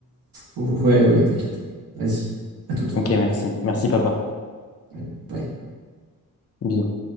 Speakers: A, on the right (about 85°); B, on the left (about 40°).
A: Ouf, Ouais, ouais, t'inquiète. Vas-y, à toute.
B: Ok, merci. Merci, papa.
A: Allez, bye.
B: Bisous.